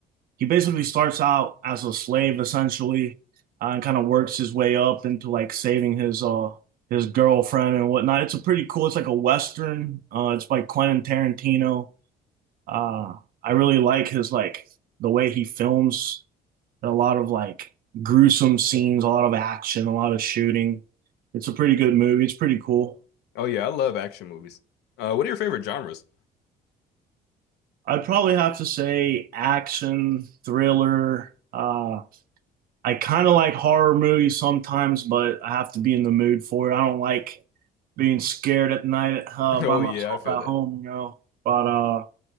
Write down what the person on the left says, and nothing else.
Oh yeah, I love action movies. Uh, what are your favorite genres?
<laughs> Oh
yeah, I feel
that.